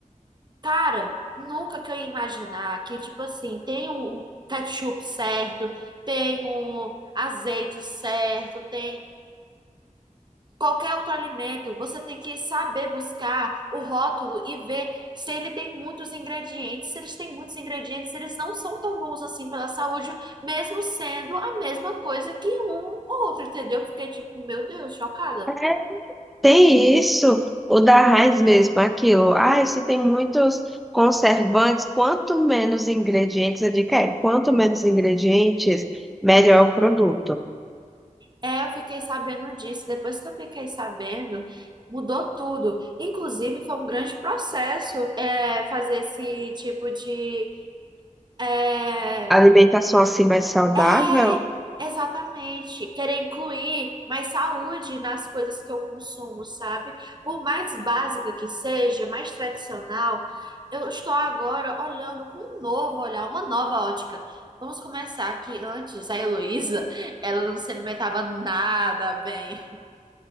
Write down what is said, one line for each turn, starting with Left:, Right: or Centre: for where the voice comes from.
Right: cara, nunca que eu ia imaginar que tipo assim, tem o ketchup certo, tem o azeite certo, tem Qualquer outro alimento, você tem que saber buscar o rótulo e ver se ele tem muitos ingredientes. Se eles têm muitos ingredientes, eles não são tão bons assim pela saúde, mesmo sendo a mesma coisa que um ou outro, entendeu? Eu Fiquei tipo, meu Deus, chocada.
Centre: É, Tem isso, o da raiz mesmo, aquilo. Ah, se tem muitos conservantes, quanto menos ingredientes, eu digo, é, quanto menos ingredientes, melhor o produto.
Right: É, eu fiquei sabendo disso. Depois que eu fiquei sabendo, mudou tudo. Inclusive, foi um grande processo, é, fazer esse tipo de, é,
Centre: Alimentação assim mais saudável?
Right: É, exatamente. Querer incluir mais saúde nas coisas que eu consumo, sabe? Por mais básica que seja, mais tradicional, eu estou agora olhando com um novo olhar, uma nova ótica. Vamos começar que antes a Heloísa, ela não se alimentava nada bem,